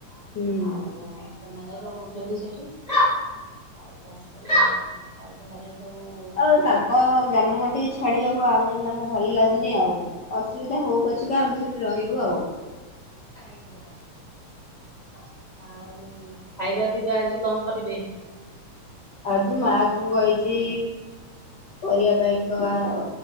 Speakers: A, on the left (about 75°); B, on the left (about 35°).
A: ହୁଁ।
B: ଆଉ ସେମାନେ ରହୁଛନ୍ତି ସେଠି‌ ଆଉ କଣ କରିବା ଆଉ ଘରେ ସବୁ
A: ଆଉ
B: ଖାଇବା
A: ତାଙ୍କ
B: ପିଇବା ସବୁ
A: ଜନ୍ମମାଟିକି ଛାଡ଼ିବାକୁ ଆଉ ମାନେ ଭଲ ଲାଗୁନି ଆଉ। ଅସୁବିଧା ହଉ ପଛିକା ଆମେ ସେଠି ରହିବୁ ଆଉ।
B: ଆଜ୍ଞା ଆଜ୍ଞା ଆଉ ଖାଇବା ପିଇବା ଆଜି କଣ କରିବେ?
A: ଆଜି ମାକୁ କହିଚି କରିବା ପାଇଁ କଆଉ